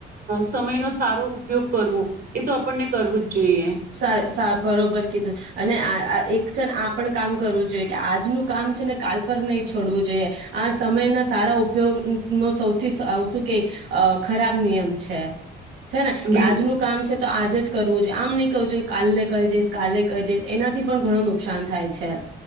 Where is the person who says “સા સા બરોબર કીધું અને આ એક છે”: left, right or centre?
Right